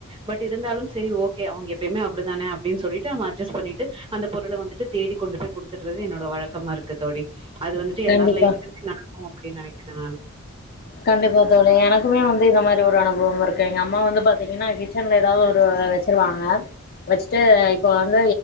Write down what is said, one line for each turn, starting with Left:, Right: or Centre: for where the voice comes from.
Right: பட் இருந்தாலு செரி ஓகே அவுங்க எப்பயுமேப்படிதானே அப்டின்னு சொல்லிட்டு நம்ம அட்ஜஸ்ட் பண்ணிட்டு அந்த பொருள வந்துட்டு தேடி கொண்டு போய் குடுத்துட்டுறது என்னோட வழக்கமா இருக்கு தோழி அது வந்துட்டு
Left: கண்டிப்பா
Right: எல்லார் லைஃப்ல நடக்கு அப்பிடி நெனைக்கிறே நானு
Left: கண்டிப்ப தோழி எனக்குமே வந்து இந்த மாரி ஒரு அனுபவம் இருக்கு எங்க அம்மா வந்து பாத்தீங்கன்னா கிச்சன்ல ஏதாது ஒரு வச்சுருவாங்க வச்சுட்டு இப்ப வந்து